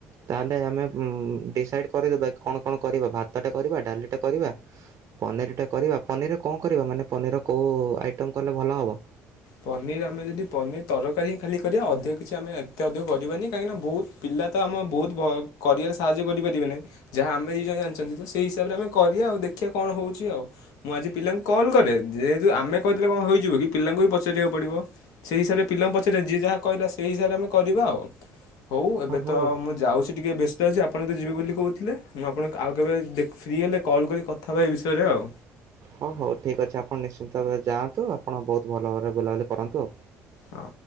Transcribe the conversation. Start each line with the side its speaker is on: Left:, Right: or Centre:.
Right: ତାହେଲେ ଆମେ ଉମ୍ ଡିସାଇଡ଼ କରିଦେବା। କଣ କଣ କରିବା? ଭାତଟେ କରିବା। ଡାଲିଟେ କରିବା। ପନିରଟା କରିବା। ପନିର ରେ କଣ କରିବା? ମାନେ ପନିର ର କୋଉ ଆଇଟମ୍ କଲେ ଭଲ ହବ।
Left: ପନିର ଆମେ ଯଦି ପନିର ତରକାରୀ ହିଁ ଖାଲି କରିବା ଅଧିକ କିଛି ଆମେ ଏତେ ଅଧିକ କରିବାନି। କାହିଁକି ନା ବହୁତ ପିଲା ତ ଆମ ବହୁତ ବ କରିବାରେ ସାହାଯ୍ୟ କରିପାରି ଯିବେ ନାଇ ଯାହା ଆମେ ଦି ଜଣ ଜାଣିଚନ୍ତି ତ ସେଇ ହିସାବରେ ଆମେ କରିବା ଆଉ ଦେଖିବା କଣ ହଉଚି ଆଉ ମୁଁ ଆଜି ପିଲାଙ୍କୁ କଲ୍ କରେ ଯେହେତୁ ଆମେ କହିଦେଲେ କଣ ହୋଇଯିବ କି ପିଲାଙ୍କୁ ବି ପଚା ରିବାକୁ ପଡିବ। ସେଇ ହିସାବରେ ପିଲାଙ୍କୁ ପଚାରିବା। ଯିଏ ଯାହା କହିଲା ସେଇ ହିସାବରେ ଆମେ କରିବା ଆଉ। ହଉ ଏବେ
Right: ହଁ ହଉ
Left: ତ ମୁଁ ଯାଉଛି ଟିକେ ବେସ୍ ତ ଅଛି ଆପଣ ତ ଯିବେ ବୋଲି କହୁଥିଲେ ମୁଁ ଆପଣଙ୍କୁ ଆଉ କେବେ ଦେଖ୍ ଫ୍ରି ହେଲେ କଲ୍ କରି କଥା ହେବା ଏ ବିଷୟରେ ଆଉ।
Right: ହ ହଉ ଠିକ ଅଛି। ଆପଣ ନିଶ୍ଚିନ୍ତ ଭାବରେ ଯାଆନ୍ତୁ ଆପଣ ବହୁତ ଭଲ ଭାବରେ ବୁଲାବୁଲି କରନ୍ତୁ।
Left: ହଁ।